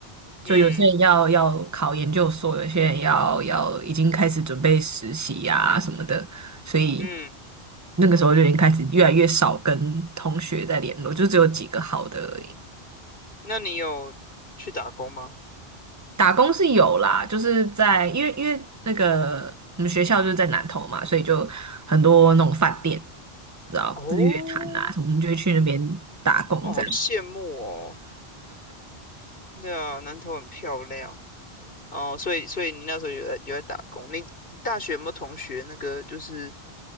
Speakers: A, on the right; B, on the left.
A: 就有些人要要考研究所，
B: 嗯
A: 有些人要要已经开始准备实习呀、啊、什么的，所以
B: 嗯，
A: 那个时候就已经开始越来越少跟同学在联络，就只有几个好的而已。
B: 那你有去打工吗？
A: 打工是有啦，就是在因为因为那个我们学校就是在南投嘛，所以就很多那种饭店，你知道日月潭啊什么，
B: 哦，
A: 我们就会去那边打工这样。
B: 哦，好羡慕哦。对啊，南投很漂亮哦，所以所以你那时候有在有在打工，你大学有没有同学那个就是